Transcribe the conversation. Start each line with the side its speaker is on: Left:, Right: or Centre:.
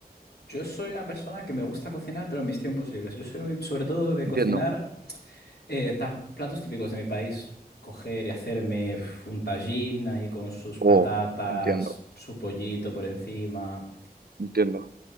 Left: Yo soy una persona que me gusta cocinar, pero en mis tiempos libres. Yo soy sobre todo de
Right: Entiendo.
Left: cocinar. Eh, tam- platos típicos de mi país, coger y hacerme uf, un tajín ahí con sus patatas,
Right: Oh, entiendo,
Left: su pollito por encima.
Right: entiendo,